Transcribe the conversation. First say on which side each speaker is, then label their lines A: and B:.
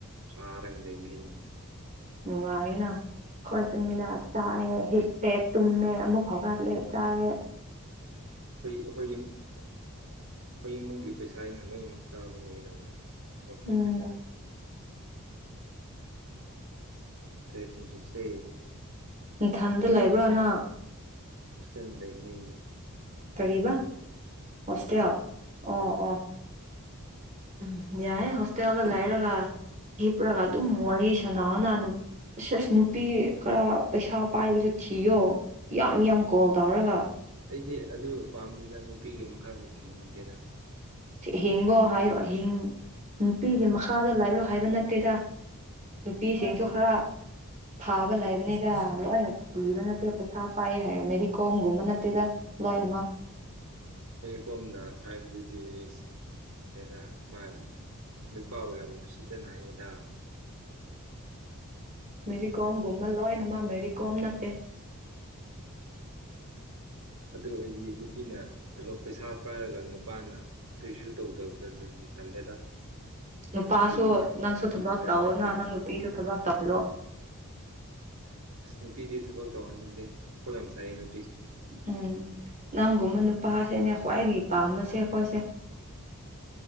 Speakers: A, on the right; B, on the right.
A: ꯆꯥꯔꯒ ꯂꯩꯅ
B: ꯅꯨꯡꯉꯥꯏꯑꯅ ꯀꯣꯏꯁꯨꯅꯤꯗ ꯆꯥꯌꯦꯦ ꯍꯤꯇꯦ ꯇꯨꯝꯃꯦꯃꯦ ꯑꯃꯨꯛ ꯍꯒꯔꯂꯦ ꯆꯥꯦ
A: ꯑꯩꯣꯏ ꯑꯩꯈꯣꯏ ꯑꯩꯈꯣꯏ ꯏꯃꯨꯡꯒꯤ ꯄꯩꯁꯥ ꯑꯩꯅ ꯂꯣꯏꯅꯃꯛ ꯆꯥꯕ ꯂꯣꯏꯅ ꯂꯧꯧꯔꯦ ꯊꯕꯛ ꯄ꯭ꯔꯣꯕ꯭
B: ꯎꯝ
A: ꯄꯨꯁꯦ
B: ꯏꯊꯟꯗ ꯂꯩꯕ꯭ꯔꯥꯅ
A: ꯎꯆꯦ ꯂꯩꯅꯤ
B: ꯇꯔꯤꯕ ꯍꯣꯁꯇꯦꯜ
A: ꯎꯝ
B: ꯑꯣ ꯑꯣ ꯎꯝ ꯌꯥꯏꯦ ꯍꯣꯁꯇꯦꯜꯗ ꯂꯩꯔꯒ ꯍꯤꯞꯄꯨꯔꯒ ꯑꯗꯨꯝ ꯋꯥꯔꯤ ꯁꯥꯟꯅꯥꯑꯣ ꯅꯥꯅꯨ ꯑꯁ ꯑꯁ ꯅꯨꯄꯤ ꯈꯔ ꯄꯩꯁꯥ ꯄꯥꯏꯕꯁꯨ ꯊꯤꯌꯣ ꯌꯥꯝ ꯌꯥꯝ ꯀꯣꯜ ꯇꯧꯔꯒ
A: ꯑꯩꯗꯤ ꯑꯗꯨ ꯄꯥꯝꯗꯦꯗ ꯅꯨꯄꯤꯒꯤ ꯃꯈꯥꯗ ꯍꯤꯡꯅꯤꯡꯗꯦꯗ
B: ꯍꯤꯡꯕꯣ ꯍꯥꯏꯌꯣ ꯅꯨꯄꯤꯒꯤ ꯃꯈꯥꯗ ꯂꯥꯛꯌꯣ ꯍꯥꯏꯕ ꯅꯠꯇꯦꯗ ꯅꯨꯄꯤꯁꯤꯡꯁꯨ ꯈꯔ ꯐꯥꯕ ꯂꯩꯕꯅꯤꯗ ꯂꯣꯏꯅ ꯊꯤꯕ ꯅꯠꯇꯦ ꯄꯩꯁꯥ ꯄꯥꯏ ꯍꯥꯏꯔ ꯃꯦꯔꯤ ꯀꯣꯝꯒꯨꯝꯕ ꯅꯠꯇꯦꯗ ꯂꯣꯏꯅꯃꯛ
A: ꯀꯣꯝꯅ ꯍꯥꯏꯕꯗꯨꯗꯤ ꯑꯩꯁ ꯑꯗꯨꯗ ꯃꯥ ꯅꯨꯄꯥ ꯑꯣꯏ ꯌꯥꯝ ꯁꯤꯇꯅ ꯍꯥꯏꯌꯦ ꯑꯥ
B: ꯃꯦꯔꯤ ꯀꯣꯝ ꯨꯝꯃ ꯂꯣꯣꯏ ꯅ ꯃꯥ ꯃꯦꯔꯤ ꯀꯣꯝ ꯅꯠꯇꯦ
A: ꯑꯗꯨ ꯑꯩꯗꯤ ꯅꯨꯄꯤꯅ ꯊꯂꯣꯞ ꯄꯩꯁꯥ ꯄꯥꯏꯔꯒ ꯅꯨꯄꯥꯅ ꯀꯩꯁꯨ ꯇꯧꯗꯕꯗ ꯑꯗꯨꯗꯤ ꯇꯜꯂꯦꯗ
B: ꯅꯨꯄꯥꯁꯨ
A: ꯑꯩꯒꯤ ꯇꯥꯏꯞ
B: ꯅꯪꯁꯨ ꯊꯕꯛ
A: ꯑꯩꯒꯤ ꯇꯥꯏꯞ
B: ꯇꯧꯑꯣꯣ
A: ꯅꯠꯇꯦꯗ
B: ꯅ ꯅꯪ ꯅꯨꯄꯤꯁꯨ ꯊꯕꯛ ꯇꯧꯂꯣ
A: ꯑꯁ ꯅꯨꯄꯤꯗꯤ ꯊꯕꯛ ꯇꯧꯍꯟꯅꯤꯡꯗꯦ ꯑꯩꯈꯣꯠ ꯌꯥꯝ ꯆꯥꯏꯌꯦ ꯅꯨ
B: ꯎꯝ ꯅꯪꯒꯨꯝꯕ ꯅꯨꯄꯥꯁꯦꯅꯦ ꯈ꯭ꯋꯥꯏꯗꯒꯤ ꯄꯥꯝꯃꯁꯦ ꯑꯩꯈꯣꯏꯁꯦ